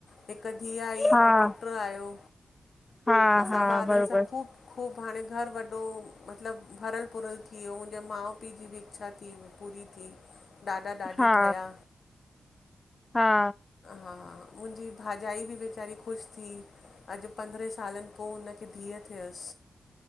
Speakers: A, on the left (about 60°); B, on the left (about 15°).
A: हिक धीअ आहि हिक
B: हा
A: पुटु आयो।
B: हा
A: असां
B: हा
A: ॿारनि
B: बरोबर।
A: सां ख़ूब ख़ूब हाणे घरु वॾो, मतलब भरियलु-भुरल थी वियो। मुंहिंजे माउ-पीउ जी बि इच्छा थी पूरी <inaudible> ॾाॾा ॾाॾी
B: हा
A: ठया
B: हा
A: <unintelligible> हा मुंहिंजी भाॼाई बि वेचारी ख़ुशि थी, अॼु पंद्रहेंं सालनि पो हुन <unintelligible> धीअ थियस